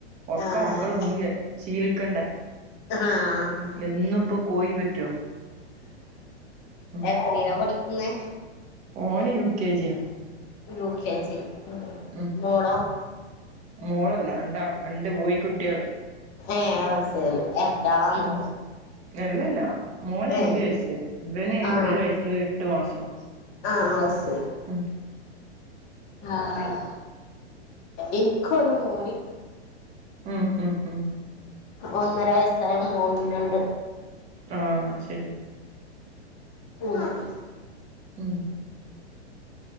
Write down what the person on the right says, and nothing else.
ഒക്കെ
മക്കള് തിന്ന് <unintelligible> ശീലിക്കണ്ടേ
എന്നും ഇപ്പോ കോയി പറ്റോ ഉം
ഓന് യു കെ ജി യാ
ഉം
മോളല്ല <unintelligible> <unintelligible> രണ്ട് ബോയ് കുട്ട്യള്
ഉം നെല്ലല്ലാ മോന്
അഞ്ചു വയസ്സ് ഇവന്
ഒരു വയസ് എട്ടു മാസം
മ്ഹ്
ഉം ഉം മ്ഹ്
ആഹ് ശരി
ഉം